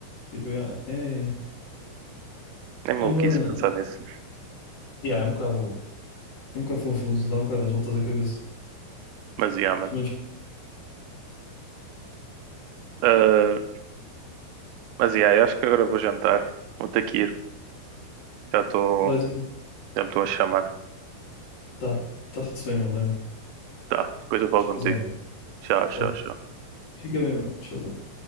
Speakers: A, on the left (about 40°); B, on the right (about 85°).
A: tipo, yeah, é,
B: É maluquice
A: é uma.
B: pensar nisso.
A: Yeah, é um bocado, é um bocado confuso, dá um bocado as voltas à cabeça.
B: Mas yeah, mano.
A: Pelo menos.
B: Ah, mas yeah, eu acho que agora vou jantar. Vou ter que ir. Já estou.
A: Vai dizer,
B: Já me estou a chamar.
A: tá, tá-se bem, mano. Olha,
B: Tá, depois eu falo
A: showzão,
B: contigo. Tchau, tchau,
A: tá.
B: tchau.
A: Fica bem, mano. Showzão.